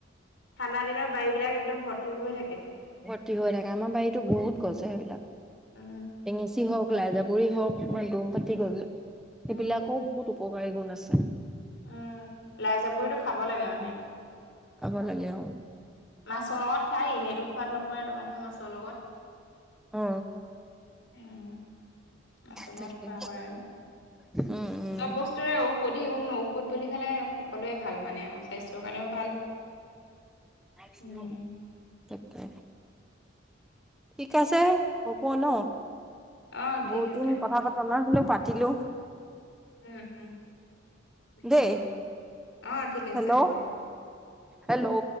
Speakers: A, on the left; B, in the centre.
A: ঠাণ্ডা দিনত বাৰী বিলাক একদম ভৰ্তি হৈ হৈ থাকে।
B: ভৰ্তি হৈ থাকে আমাৰ বাৰীতো বহুত গজে সেইবিলাক
A: উম
B: টেঙেচি হওঁক। লাই জাবৰি হওক, ইমান দম পাটি গৈ গৈ সেইবিলাকৰ
A: উম
B: বহুত উপকাৰী গুণ আছে।
A: উম, লাই জাবৰিটো খাব লাগে মানুহে।
B: খাব লাগে অ।
A: মাছৰ লগত খাই এনেইতো খোৱাত নপৰে তোমাৰ ধৰ মাছৰ লগত
B: অ।
A: উম, মাছৰ
B: তাকে
A: লগত খোৱা হয় আৰু।
B: উম, উম।
A: চব বস্তুৰে ঔষধি গুণ ঔষধ বুলি খালে সকলোৱে ভাল মানে স্বাস্থ্যৰ কাৰণেও ভাল।
B: <unintelligible>
A: উম
B: তাকে ঠিক আছে হ'ব ন
A: অ
B: বহুত
A: ঠিক আছে
B: দিন
A: হ'ব
B: কথা পতা না নাছিলোঁ। পাতিলো
A: উম উম উপভা
B: দেই
A: অ ঠিক আছে
B: হেল্ল',
A: হ'ব।
B: হেল্ল'